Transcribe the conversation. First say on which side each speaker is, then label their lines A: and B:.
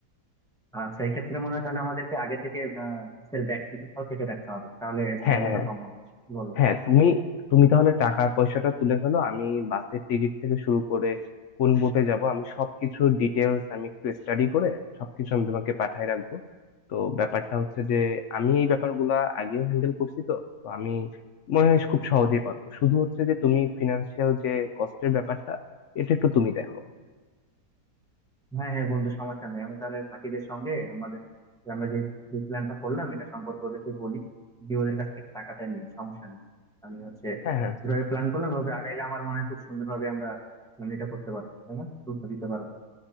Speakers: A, in the centre; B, on the left (about 75°).
A: আচ্ছা এক্ষেত্রে মনে হয় তাহলে আমাদেরকে আগে থেকে আহ বাসের ব্যাগ থেকে সব কেটে রাখতে হবে তাহলে ঝামেলাটা
B: হ্যাঁ
A: কম হবে কি বলো
B: হ্যাঁ তুমি তুমি তাহলে টাকার পয়সাটা তুলে ফেলো আমি বাসের টিকিট থেকে শুরু করে কোন বোটে যাব আমি সবকিছু ডিটেলস আমি একটু স্টাডি করে সবকিছু আমি তোমাকে পাঠায় রাখবো তো ব্যাপারটা হচ্ছে যে আমি এই ব্যাপারগুলা আগেও হ্যান্ডেল করছি তো তো আমি মনে হয় খুব সহজেই পারবো শুধু হচ্ছে যে তুমি ফিনান্সিয়াল যে কস্টের ব্যাপারটা এটা একটু তুমি দেখো
A: হ্যাঁ হ্যাঁ বন্ধু সমস্যা নেই আমি তাহলে বাকিদের সঙ্গে আমাদের যে আমরা যে প্ল্যানটা করলাম এটা সম্পর্কে ওদেরকে বলি দিয়ে ওদের কাছ থেকে টাকাটা নিই সমস্যা নেই আমি হচ্ছে
B: হ্যাঁ হ্যাঁ
A: যেভাবে প্ল্যান করলাম ভাবে আগাইলে আমার মনে হয় খুব সুন্দরভাবে আমরা plan এটা করতে পারবো তাই না গুরুত্ব দিতে পারবো